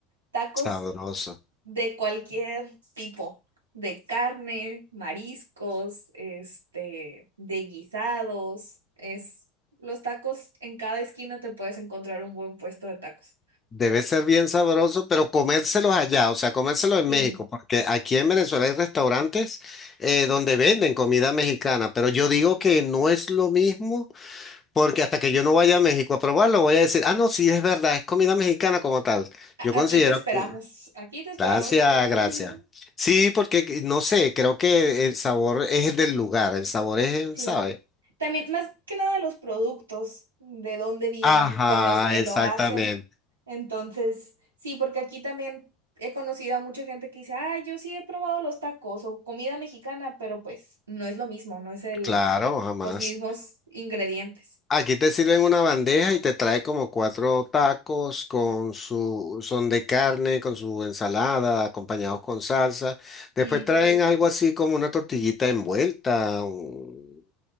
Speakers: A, on the right (about 80°); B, on the left (about 25°).
A: Tacos
B: Sabroso.
A: de cualquier tipo, de carne, mariscos, este, de guisados, es, los tacos, en cada esquina te puedes encontrar un buen puesto de tacos.
B: Debe ser bien sabroso, pero comérselos allá, o sea, comérselos en
A: Sí.
B: México, porque aquí en Venezuela hay restaurantes eh, donde venden comida mexicana, pero yo digo que no es lo mismo, porque hasta que yo no vaya a México a probarlo, voy a decir, ah, no, sí, es verdad, es comida mexicana como tal.
A: A-
B: Yo considero,
A: Aquí te esperamos,
B: que...
A: aquí te esperamos.
B: gracias,
A: <laughs>
B: gracias. Sí, porque que- no sé, creo que el sabor es del lugar, el sabor es,
A: Sí.
B: ¿sabe?
A: También, más que nada, los productos, de dónde vienen,
B: Ajá,
A: con los que lo
B: exactamente,
A: hacen. Entonces, sí, porque aquí también he conocido a mucha gente que dice, ah, yo sí he probado los tacos o comida mexicana, pero pues no es lo mismo, no es el,
B: claro, jamás.
A: los mismos ingredientes.
B: Aquí te sirven una bandeja y te trae como cuatro tacos con su, son de carne, con su ensalada, acompañados con salsa. Después
A: Mm,
B: traen algo así como una tortillita envuelta, un-